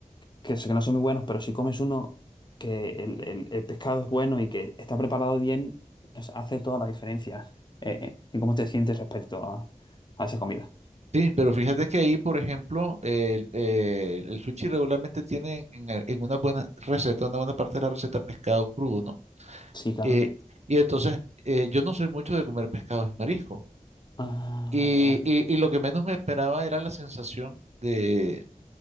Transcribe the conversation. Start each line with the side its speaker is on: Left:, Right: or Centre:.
Left: que, sé que no son muy buenos, pero si comes uno que el, el- el pescado es bueno y que está preparado bien, es- hace toda la diferencia eh, eh, en cómo te sientes respecto a, a esa comida.
Right: Sí, pero fíjate que ahí, por ejemplo, el, eh, el sushi regularmente tiene en, el- en una buena receta, una buena parte de la receta pescado crudo, ¿no?
Left: Sí, claro.
Right: Eh, y entonces, eh, yo no soy mucho de comer pescados y mariscos.
Left: Ah,
Right: Y,
Left: vale, vale.
Right: y- y lo que menos me esperaba era la sensación de,